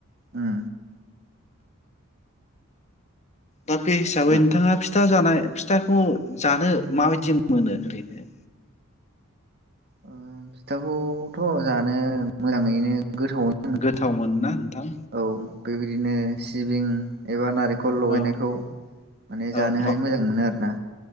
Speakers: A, on the right (about 50°); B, on the left (about 35°).
A: उम
B: दा बे हिसाबै
A: मा
B: नोंथाङा फिथा जानाय फिथाखौ जानो माबायदि मोनो ओरैनो
A: ओ फिथाखौथ' जानो मोजाङैनो गोथावनो नांङो
B: गोथाव मोनोना नोंथां
A: औ बेबायदिनो सिबिं एबा नारि- खल लगायनायखौ
B: औ
A: माने
B: औ
A: जानो हाय
B: औ
A: मोजां मोनो आरोना।